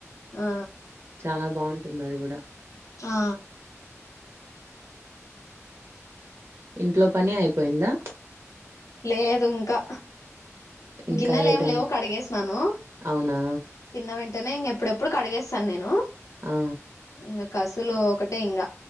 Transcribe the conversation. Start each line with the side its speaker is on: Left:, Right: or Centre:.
Left: ఆ
Right: చానా బావుంటుందది గూడా.
Left: ఆ
Right: ఇంట్లో పని అయిపోయిందా?
Left: లేదు ఇంకా
Right: ఇంకా
Left: గిన్నెలు
Right: ఏ
Left: ఏం
Right: టైం?
Left: లేవు కడిగేసినాను
Right: అవునా?
Left: తిన్న వెం టనే ఇంక ఎప్పుడెప్పుడు కడిగేస్తాను నేను
Right: ఆ!
Left: ఇంకా కసులు ఒకటే ఇంగా